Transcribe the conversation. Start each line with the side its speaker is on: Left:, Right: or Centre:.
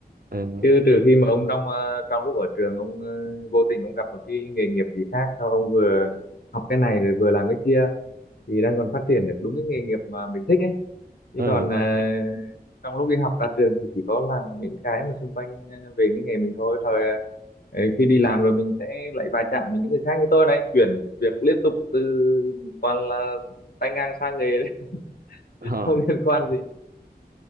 Right: ừ
Left: chứ trừ khi mà ông trong ờ, trong lúc ở trường ông ờ, vô tình ông gặp một cái nghề nghiệp gì khác sao ông vừa học cái này rồi vừa làm cái kia thì đang còn phát triển được đúng cái nghề nghiệp mà mình thích ấy chứ
Right: ừ
Left: còn ờ, trong lúc đi học ra trường thì chỉ có làm những cái mà xung quanh ờ, về cái nghề mình thôi rồi ờ, ờ, khi đi làm rồi mình sẽ lại va chạm với những người khác như tôi này chuyển việc liên tục từ toàn là tay ngang sang nghề đấy, <laughs>
Right: ờ
Left: không liên quan gì